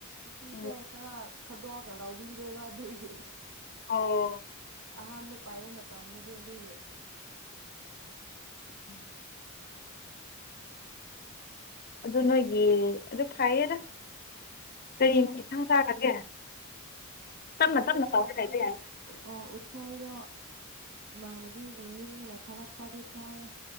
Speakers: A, on the right; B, on the left.
A: ꯑꯁꯤꯁꯦ
B: ꯎꯝ
A: ꯈꯔ ꯊꯥꯗꯣꯛꯑꯒ ꯂꯧꯕꯤꯔꯦꯕ ꯑꯗꯨꯒꯤ ꯑꯦꯍꯦ ꯑꯦꯍꯦ
B: ꯑꯣ
A: ꯑꯍꯥꯟꯕ ꯄꯥꯏꯕ ꯃꯇꯝꯗꯗꯤ ꯑꯗꯨꯒꯤ
B: ꯎꯝ
A: <unintelligible>
B: ꯑꯗꯨ ꯅꯣꯏꯒꯤ ꯑꯗꯨ ꯐꯩꯌꯦꯗ ꯀꯔꯤ ꯏꯟꯊꯥꯡ ꯆꯥꯔꯒꯦ ꯇꯞꯅ
A: ꯆꯦ
B: ꯇꯞꯅ ꯇꯧꯔ ꯂꯩꯕ
A: ꯁꯤ
B: ꯌꯥꯏꯅ
A: <unintelligible> ꯁꯣꯏꯗꯣ ꯏꯃꯥꯟꯅꯕꯤꯒꯤ ꯌꯨꯝꯗꯅ ꯊꯥꯂꯛꯄ ꯑꯗꯨ ꯆꯥꯏꯌꯦ